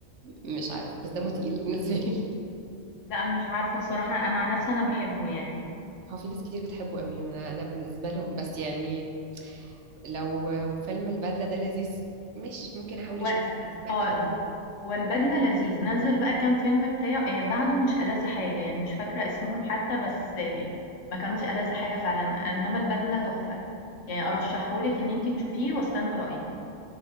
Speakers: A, on the right; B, on the left.
A: مش عارف بس دمه تقيل بالنسبة لي
B: لأ مش عارفة الصراحة أنا عن نفسي أنا باحبه يعني،
A: <laughs> هو في ناس كتير بتحبه قوي انا انا بالنسبة لهم بس يعني لو فيلم البدلة ده لذيذ مش ممكن احاول
B: هو
A: اشوفه انا سمعت
B: آه
A: عنه
B: هو هو البدلة لذيذ، نزّل بقى كام فيلم بتاع آآ بعده مش ألذ حاجة، يعني مش فاكرة اسمهم حتى بس آه ما كانوش ألذ حاجة فعلًا، إنما البدلة تحفة، يعني أرشحه لِك إن أنتِ تشوفيه واستنى رأيِك،